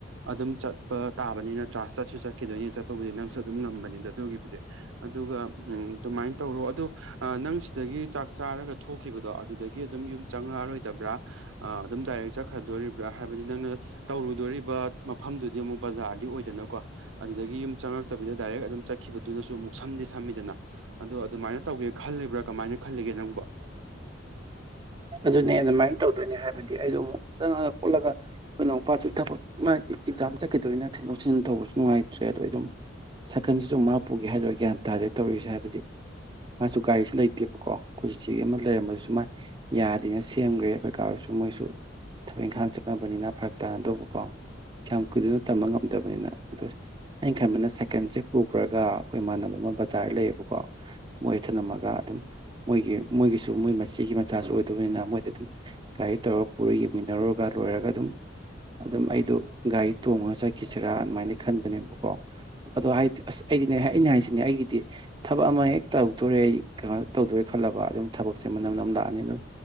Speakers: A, on the right (about 85°); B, on the right (about 25°).
A: ꯑꯗꯨꯝ ꯆꯠꯄ ꯇꯥꯕꯅꯤ ꯅꯠꯇ꯭ꯔꯥ ꯆꯠꯁꯨ ꯆꯠꯈꯤꯗꯣꯏꯅꯤ ꯆꯠꯄꯕꯨꯗꯤ ꯅꯪꯁꯨ ꯑꯗꯨꯝ ꯉꯝꯕꯅꯤꯗ ꯑꯗꯨꯒꯤꯕꯨꯗꯤ ꯑꯗꯨꯒ ꯎꯝ ꯑꯗꯨꯃꯥꯏ ꯇꯧꯔꯣ ꯑꯗꯨ ꯑꯥ ꯅꯪ ꯁꯤꯗꯒꯤ ꯆꯥꯛ ꯆꯥꯔꯒ ꯊꯣꯛꯈꯤꯕꯗꯣ ꯑꯗꯨꯗꯒꯤ ꯑꯗꯨꯝ ꯌꯨꯝ ꯆꯪꯉꯛꯑꯔꯣꯏ ꯗꯕ꯭ꯔꯥ ꯑꯥ ꯑꯗꯨꯝ ꯗꯥꯏꯔꯦꯛ ꯆꯠꯈ꯭ꯔꯥꯗꯣꯔꯤꯕ꯭ꯔꯥ ꯍꯥꯏꯕꯗꯤ ꯅꯪꯅ ꯇꯧꯔꯨꯗꯣꯔꯤꯕ ꯃꯐꯝꯗꯨꯗꯤ ꯑꯃꯨꯛ ꯕꯖꯥꯔꯗꯤ ꯑꯣꯏꯗꯅꯀꯣ ꯑꯗꯨꯗꯒꯤ ꯌꯨꯝ ꯆꯪꯉꯛꯇꯕꯤꯗ ꯗꯥꯏꯔꯦꯛ ꯑꯗꯨꯝ ꯆꯠꯈꯤꯕꯗꯨꯅꯁꯨ ꯑꯃꯨꯛ ꯁꯝꯗꯤ ꯁꯝꯃꯤꯗꯅ ꯑꯗꯣ ꯑꯗꯨꯃꯥꯏꯅ ꯇꯧꯒꯦ ꯈꯜꯂꯤꯕ꯭ꯔꯥ ꯀꯃꯥꯏꯅ ꯈꯜꯂꯤꯒꯦ ꯅꯪꯕꯣ
B: ꯑꯗꯨꯅꯦ ꯑꯗꯨꯃꯥꯏꯅ ꯇꯧꯗꯣꯏꯅꯦ ꯍꯥꯏꯕꯗꯤ ꯑꯩꯗꯣ ꯑꯃꯨꯛ ꯆꯪꯉꯛꯑꯥ ꯈꯣꯠꯂꯒ ꯑꯩꯈꯣꯏ ꯅꯥꯎꯄꯥꯁꯨ ꯊꯕꯛ ꯃꯥ ꯑꯦꯛꯖꯥꯝ ꯆꯠꯈꯤꯗꯣꯏꯅ ꯊꯤꯟꯗꯣꯛ ꯊꯤꯟꯖꯤꯟ ꯇꯧꯕꯁꯨ ꯅꯨꯡꯉꯥꯏꯇ꯭ꯔꯦ ꯑꯗꯣ ꯑꯩ ꯑꯗꯨꯝ ꯁꯥꯏꯀꯜꯁꯤꯁꯨ ꯃꯥ ꯄꯨꯒꯦ ꯍꯥꯏꯗꯣꯏꯔꯥ ꯒ꯭ꯌꯥꯟ ꯇꯥꯗꯦ ꯇꯧꯔꯤꯁꯦ ꯍꯥꯏꯕꯗꯤ ꯃꯥꯁꯨ ꯒꯥꯔꯤꯁꯦ ꯂꯩꯇꯦꯕꯀꯣ ꯑꯩꯈꯣꯏ ꯆꯤꯆꯦꯒꯤ ꯑꯃ ꯂꯩꯔꯝꯕꯗꯨꯁꯨ ꯃꯥꯏ ꯌꯥꯗꯦꯅ ꯁꯦꯝꯒ꯭ꯔꯦ ꯑꯩꯈꯣꯏ ꯀꯥ ꯍꯣꯏꯁꯨ ꯃꯣꯏꯁꯨ ꯊꯕꯛ ꯏꯪꯈꯥꯡ ꯆꯠꯅꯕꯅꯤꯅ ꯐꯔꯛ ꯇꯥꯅꯗꯧꯕꯀꯣ ꯀꯌꯥꯝ ꯀꯨꯏꯗꯣꯏꯅꯣ ꯇꯝꯕ ꯉꯝꯗꯕꯅꯤꯅ ꯑꯗꯨ ꯑꯩ ꯈꯟꯕꯅ ꯁꯥꯏꯀꯟꯁꯦ ꯄꯨꯈ꯭ꯔꯥꯒ ꯑꯩꯈꯣꯏ ꯏꯃꯥꯟꯅꯕ ꯑꯃ ꯕꯖꯥꯔ ꯂꯩꯌꯦꯕꯀꯣ ꯃꯣꯏ ꯊꯅꯝꯃꯥꯒ ꯑꯗꯨꯝ ꯃꯣꯏꯒꯤ ꯃꯣꯏꯒꯤꯁꯨ ꯃꯣꯏ ꯃꯆꯦꯒꯤ ꯃꯆꯥꯁꯨ ꯑꯣꯏꯗꯧꯕꯅꯤꯅ ꯃꯣꯏꯗ ꯑꯗꯨꯝ ꯒꯥꯔꯤ ꯇꯧꯔꯒ ꯄꯨꯔ ꯌꯦꯡꯃꯤꯟꯅꯔꯨꯔꯒ ꯂꯣꯏꯔꯒ ꯑꯗꯨꯝ ꯑꯗꯨꯝ ꯑꯩꯗꯣ ꯒꯥꯔꯤ ꯇꯣꯡꯉꯒ ꯆꯠꯈꯤꯁꯤꯔꯥ ꯑꯗꯨꯃꯥꯏꯅ ꯈꯟꯕꯅꯦꯕꯀꯣ ꯑꯗꯣ ꯍꯥꯏꯗꯤ ꯑꯁ ꯑꯩꯗꯤꯅꯦ ꯑꯩꯅ ꯍꯥꯏꯁꯤꯅꯦ ꯑꯩꯒꯤꯗꯤ ꯊꯕꯛ ꯑꯃ ꯍꯦꯛ ꯇꯧꯗꯣꯔꯦ ꯀꯩꯅꯣ ꯇꯧꯗꯣꯔꯦ ꯈꯜꯂꯕ ꯑꯗꯨꯝ ꯊꯕꯛꯁꯦ ꯃꯅꯝ ꯅꯝ ꯂꯥꯛ ꯍꯥꯏꯗꯤ ꯑꯗꯨꯝ